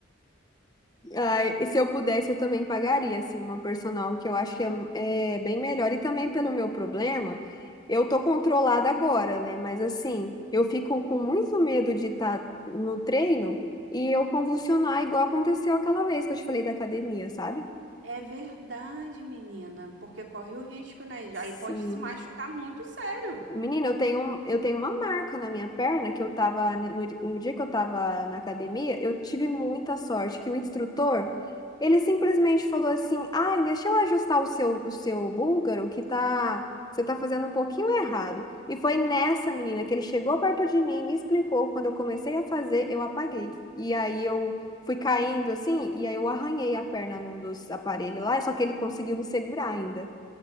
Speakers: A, on the left (about 20°); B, on the right (about 60°).
A: Ai, e se eu pudesse, eu também pagaria, assim, uma personal, que eu acho que é, é bem melhor. E também pelo meu problema, eu tô controlada agora, né? Mas assim, eu fico com muito medo de estar no treino e eu convulsionar igual aconteceu aquela vez que eu te falei da academia, sabe?
B: É verdade, menina, porque corre o risco, né?
A: Sim.
B: Aí pode se machucar muito sério.
A: Menina, eu tenho, um- eu tenho uma marca na minha perna que eu tava, né, no, di- no dia que eu tava na academia, eu tive muita sorte que o instrutor, ele simplesmente falou assim, ai, deixa eu ajustar o seu, o seu búlgaro que tá, você tá fazendo um pouquinho errado. E foi nessa menina que ele chegou perto de mim, me explicou, quando eu comecei a fazer, eu apaguei. E aí eu fui caindo assim, e aí eu arranhei a perna num dos aparelhos lá, só que ele conseguiu me segurar ainda.